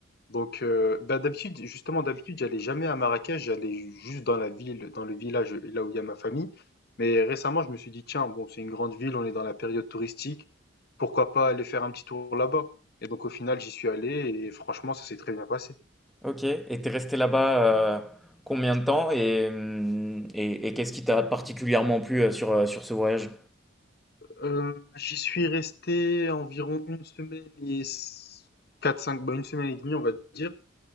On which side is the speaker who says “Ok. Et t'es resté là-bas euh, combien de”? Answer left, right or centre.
Centre